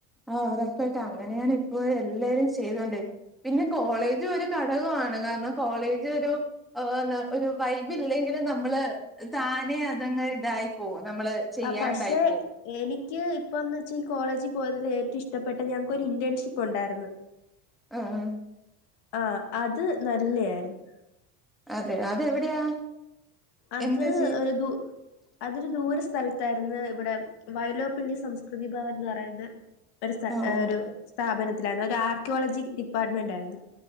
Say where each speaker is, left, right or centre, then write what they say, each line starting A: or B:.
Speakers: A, in the centre; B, on the left.
A: ആഹ് ഉറപ്പായിട്ട് അങ്ങനെയാണ് ഇപ്പോ എല്ലാരും ചെയ്തോണ്ട് പിന്നെ കോളേജ് ഒരു ഘടകമാണ് അതുകാരണം കോളേജൊരു എന്താ ഒരു വൈബില്ലെങ്കിലും നമ്മള് താനെഅത്‌ ങ് തായി പോവും നമ്മള് ചെയ്യാണ്ടായി
B: ആ പക്ഷെ
A: പോവും
B: എനിക്ക് ഇപ്പം ന് ഈ കോളേജി പോയതിൽ ഏറ്റവും ഇഷ്ടപ്പെട്ട ഞങ്ങക്കൊരു ഇന്റേൺഷിപ്പ് ഉണ്ടായിരുന്നു
A: ആഹ
B: ആഹ് അത് നല്ല ആയിരുന്നു.
A: അതെ അതെവിടെയാ
B: അത്
A: എന്താ ചെയ്തെ
B: ഒരു ദു അതൊരു ദൂരസ് സ്ഥലത്തായിരുന്നു ഇവിടെ വയലോപ്പിള്ളി സംസ്കൃതി ഭവൻ എന്ന് പറയുന്ന ഒരു സ്ത
A: ആഹ്
B: ഏ
A: ഓ
B: ഒരു സ്ഥാപനത്തിലായിരുന്നു ഒരു ആർക്കിയോളജി ഡിപ്പാർട്ട്മെന്റായിരുന്നു.